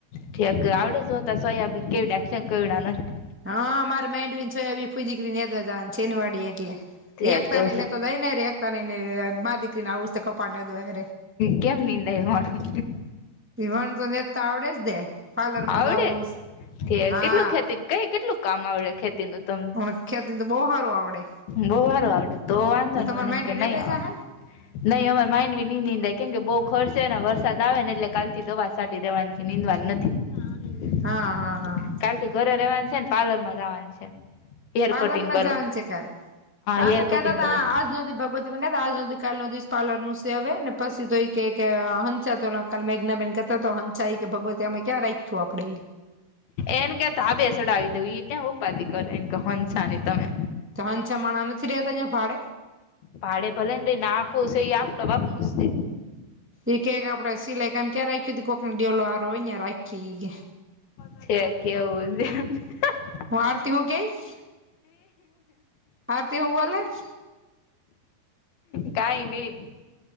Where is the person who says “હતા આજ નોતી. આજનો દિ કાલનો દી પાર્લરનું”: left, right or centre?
Centre